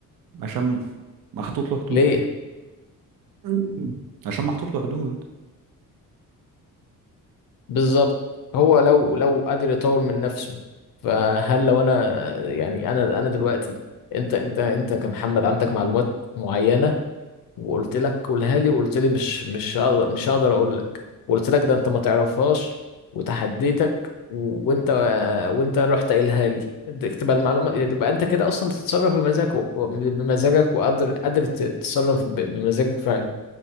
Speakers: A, on the right (about 75°); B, on the left (about 80°).
A: عشان محطوط له حدود
B: ليه
A: <laughs> عشان محطوط له حدود
B: بالظبط هو لو لو قادر يطور من نفسه فهل لو انا يعني انا انا دلوقتي انت انت انت كمحمد عندك معلومات معينه وقلت لك قولها لي وقلت لي مش مش هقدر مش هقدر اقول لك وقلت لك ده انت ما تعرفهاش وتحديتك و- وانت وانت رحت قايلها لي دي تبقى المعلومات تبقى انت كده اصلا بتتصرف بمزاجك و- بمزاجك وقادر قادر تتصرف ب- بمزاجك فعلا